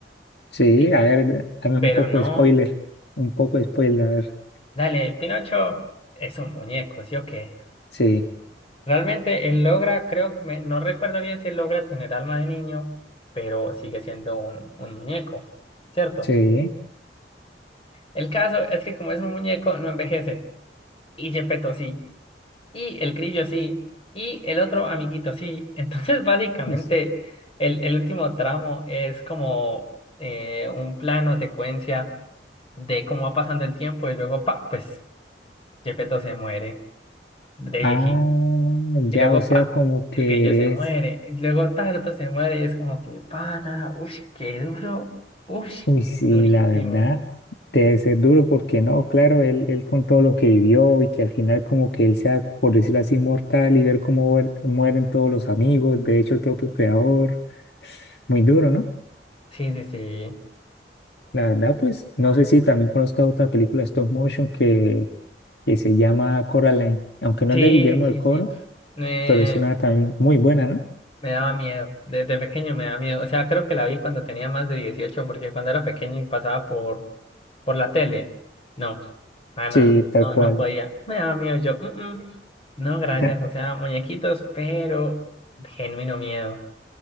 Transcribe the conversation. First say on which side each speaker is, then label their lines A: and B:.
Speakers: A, on the left (about 70°); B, on the left (about 35°).
A: Sí,
B: sí,
A: a ver, dame
B: pero
A: un poco
B: no,
A: de spoiler. Un poco de spoiler, a ver.
B: dale, Pinocho es un muñeco, ¿sí o qué?
A: Sí,
B: Realmente él logra, creo, me- no recuerdo bien si él logra tener alma de niño, pero sigue siendo un, un muñeco, ¿cierto?
A: sí.
B: El caso es que como es un muñeco, no envejece y Gepetto sí. y el grillo sí, y el otro amiguito sí. Entonces, <laughs> básicamente,
A: es-
B: el, el último tramo es como eh, un plano secuencia de cómo va pasando el tiempo y luego, pa, pues Gepetto se muere de
A: Ah,
B: viejito. Y
A: ya,
B: luego,
A: o sea,
B: pa,
A: como que
B: el grillo se muere.
A: es.
B: Y luego, tal, otro se muere y es como que, pana, uff, qué duro, uff,
A: Uy, sí,
B: durísimo.
A: la verdad, debe ser duro porque no, claro, él, él con todo lo que vivió y que al final como que él sea, por decirlo así, mortal y ver cómo muer- mueren todos los amigos, de hecho el propio creador, muy duro, ¿no?
B: Sí, sí, sí.
A: La verdad, pues, no sé si también conozcas otra película stop motion que, que se llama Coraline, aunque no
B: Sí,
A: es de Guillermo
B: sí,
A: del Toro,
B: sí. Eh,
A: pero es una también muy buena, ¿no?
B: Me daba miedo, desde pequeño me daba miedo. O sea, creo que la vi cuando tenía más de 18 porque cuando era pequeño y pasaba por, por la tele, no, pana,
A: Sí, tal
B: no,
A: cual.
B: no podía. Me daba miedo yo, "Mm, mm, no, gracias,
A: <laughs>
B: o sea, muñequitos, pero genuino miedo.